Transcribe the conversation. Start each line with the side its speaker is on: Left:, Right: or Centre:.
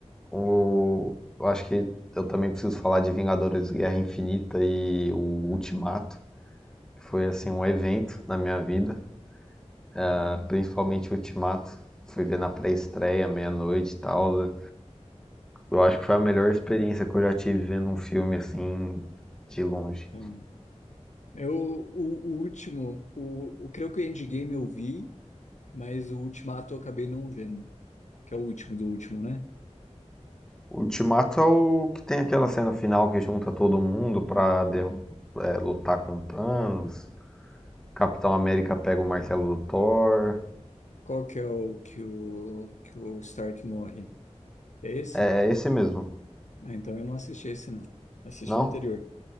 Centre: O... Eu acho que eu também preciso falar de Vingadores Guerra Infinita e o Ultimato, que foi assim um evento na minha vida, ah,
Left: Uhum.
Centre: principalmente o Ultimato. Fui ver na pré-estreia, meia-noite e tal. Eu acho que foi a melhor experiência que eu já tive vendo um filme assim de longe.
Left: É. Eu, o, o último, o, o creio que o Endgame eu vi, mas o Ultimato eu acabei não vendo, que é o último do último, né?
Centre: O Ultimato é o que tem aquela cena final que junta todo mundo pra der é, lutar com Thanos. Capitão América pega o martelo do Thor.
Left: Qual que é o que o, que o Stark morre? É esse?
Centre: É, é esse mesmo.
Left: Ah, então eu não assisti esse, não. Assisti
Centre: Não?
Left: o anterior.